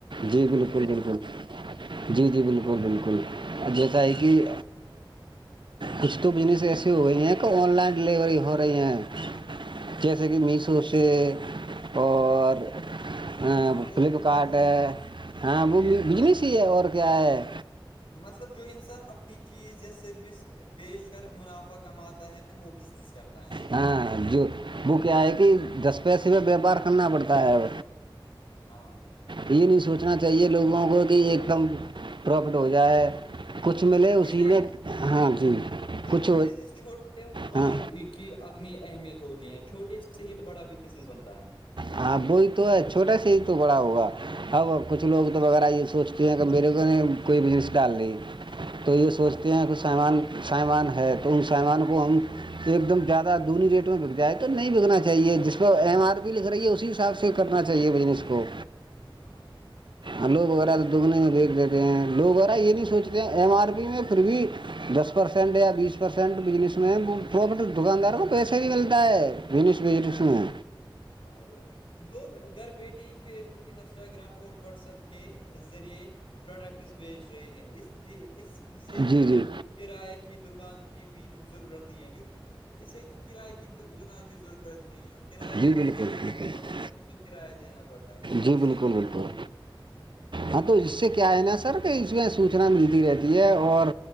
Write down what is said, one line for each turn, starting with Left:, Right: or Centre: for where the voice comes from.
Right: جی بالکل بالکل جی جی بالکل بالکل جیسا ہے کہ کچھ تو بزنس ایس کی ہو ہیں کہ آن لائن ڈلیوری ہو رہی ہیں جیسے کہ میسو
Left: ہاں
Right: سے اور
Left: ہاں
Right: ہاں
Left: وہ
Right: فلپکارٹ
Left: بھی تو بزنس
Right: ہے
Left: ہی ہیں
Right: ہاں وہ بجنس ہی ہے اور کیا ہے
Left: مطلب جو انسان اپنی چیز یا سروس بیشکر منافع کماتا ہے وہ بزنس کرتا ہے ہے نا
Right: ہاں جو وہ کیا ہے کہ دس پیسے میں بیپار کرنا پڑتا ہے اب
Left: ہاں
Right: یہ نہیں سوچنا چاہیے لوگوں کو کہ ایک دم پروفٹ ہو جائے کچھ ملے اسی
Left: وہی نا یار
Right: میں ہاں جی
Left: بالکل
Right: کچھ
Left: بزنس چھوٹے دونوں
Right: ہاں
Left: کی اپنی اہمیت ہوتی ہے چھوٹے سے ہی تو بڑا بزنس بنتا ہے
Right: ہاں وہی تو ہے چھوٹا سے ہی تو بڑا ہوگا اب کچھ لوگ تو وغیرہ یہ سوچتے ہیں کہ میرے کو نہیں کوئی بزنس ڈال ل تو یہ
Left: ہاں
Right: سوچتے ہیں کہچ سامان سامان ہے تو ان سامان کو ہم ایک دم زیادہ ادھنی ریٹ میں بک جائے تو نہیں بکنا چاہیے جس کو ایم آر بھی لکھ ی اسی حساب سے کرنا چاہیے بزنس کو
Left: ہاں بھائی
Right: آلو وغیرہ
Left: لوگ
Right: تو دگنے دیکھ دیتے لوگ یرا یہ نہیں سوچتے ہیں ایم آر پی میں پھر بھی دس پرسینٹ یا بیس پرسینٹ بجنس میں پراپٹ دکانداروں کو پیسے بھی ملتا ہے بزنس بزنس
Left: ہاں
Right: میں
Left: بھائی ہاں بھائی بولو لوگ گھر بیٹھی فیس بک انسٹاگرام اور واٹس ایپ کے ذریعے پروڈکٹس بیچ رہے ہیں اس لیے اس اس سے
Right: جی جی
Left: کرایہ کی دکان کی بھی ضرورت نہیں ہے کیونکہ اسے کرایے کی دکان کی ضرورت پت نہیں کراائے
Right: جی بالکل
Left: دکان اگر
Right: بالکل
Left: پکڑیں گے ہم اس کو کرایہ دینا پڑتا ہے اس کو
Right: جی
Left: اس
Right: بالکل
Left: سے بھی
Right: بالکل
Left: تو <inaudible>
Right: ہاں تو اس سے کیا ہے نا سر کہ اس میں سوچنا ملتی رہتی ہے اور